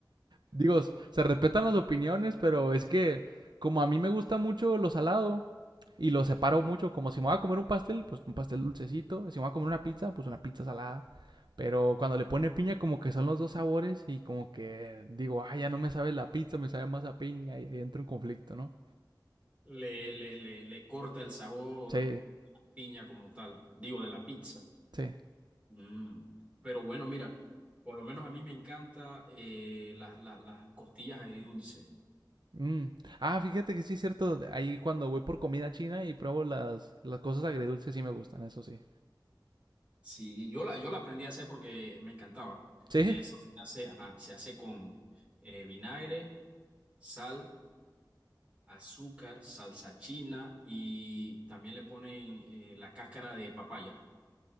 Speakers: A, on the right; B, on the right.
A: Digo, se respetan las opiniones, pero es que como a mí me gusta mucho lo salado y lo separo mucho, como si me voy a comer un pastel, pues un pastel dulcecito, si me voy a comer una pizza, pues una pizza salada. Pero cuando le pone piña, como que son los dos sabores y como que digo, ah, ya no me sabe la pizza, me sabe más a piña y ahí entro en conflicto, ¿no?
B: Le, le, le, le corta el sabor
A: Sí,
B: piña como tal, digo, de la pizza.
A: sí.
B: Mm. Pero bueno, mira, por lo menos a mí me encanta eh, la- la- las costillas agridulce.
A: Mm. Ah, fíjate que sí es cierto, ahí cuando voy por comida china y pruebo las, las cosas agridulces, sí me gustan, eso sí.
B: Sí, yo la, yo la aprendí a hacer porque me encantaba.
A: Sí.
B: Eso se hace, ajá, se hace con eh, vinagre, sal, azúcar, salsa china y también le ponen eh, la cáscara de papaya.